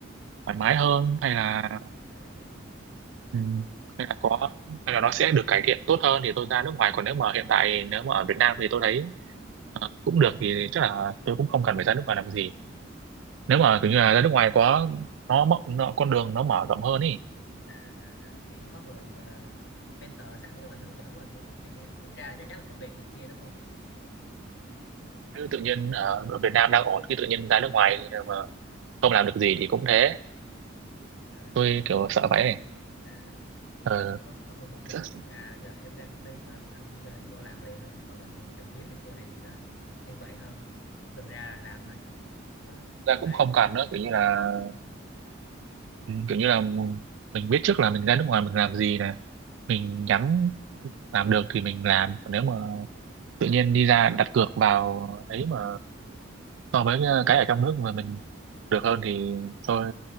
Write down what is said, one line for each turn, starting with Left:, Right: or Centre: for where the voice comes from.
Right: thoải mái
Left: gọi là
Right: hơn hay là
Left: thoải mái hơn à,
Right: ừm, hay là có hay là nó sẽ được cải thiện tốt hơn thì tôi ra nước ngoài còn nếu mà hiện tại nếu mà ở Việt Nam thì tôi thấy ờ, cũng được thì
Left: Việt
Right: chắc là
Left: Nam
Right: tôi cũng không cần phải ra nước ngoài làm gì
Left: Việt
Right: nếu mà
Left: Nam
Right: kiểu
Left: thôi
Right: như là ra nước ngoài quá nó mất nó, con đường nó mở rộng hơn ý
Left: à, à, à. kiểu như có người gọi là mentor sẵn với mình hướng dẫn mình đúng không càng nghe kiểu ra là chắc chắn là có việc này kia đúng không
Right: chứ tự nhiên ở ở Việt Nam đang ổn khi tự nhiên ra nước ngoài mà không làm được gì thì cũng thế
Left: Ờ,
Right: tôi
Left: thì được
Right: kiểu
Left: rồi
Right: sợ vậy ấy.
Left: à
Right: ờ,
Left: kiểu như có có người hướng dẫn
Right: sợ-
Left: kiểu như à giờ em ra công ty của anh anh cho em vô làm liền thôi em khỏi cần tìm kiếm này kia thì nó an toàn hơn chỉ cần ra là làm thôi nó
Right: ra
Left: thoải
Right: cũng
Left: mái
Right: không cần nữa kiểu như là ừ, kiểu như là mình biết trước là mình ra nước ngoài mình làm gì nè mình nhắm làm được thì mình làm còn nếu mà tự nhiên đi ra đặt cược vào ấy mà so với ờ, cái ở trong nước mà mình được hơn thì tôi